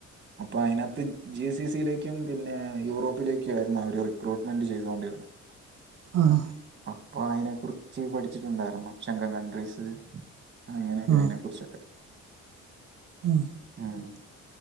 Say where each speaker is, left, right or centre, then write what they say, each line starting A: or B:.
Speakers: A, on the right; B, on the right.
A: അപ്പൊ അയിനാത്ത് ജി സി സിയിലേക്കും പിന്നെ യൂറോപ്പിലേക്കും ആയിരുന്നു അവര് റിക്രൂട്ട്മെന്റ് ചെയ്തുകൊണ്ടിരുന്നത്.
B: ആഹ്
A: അപ്പൊ അയിനെ കുറിച്ച് പഠിച്ചിട്ടുണ്ടായിരുന്നു ശങ്ക കൺട്രീസ് അങ്ങനെയൊക്കെ
B: ആ
A: അയിനെ കുറിച്ചൊക്കെ
B: ഉം
A: ഏഹ്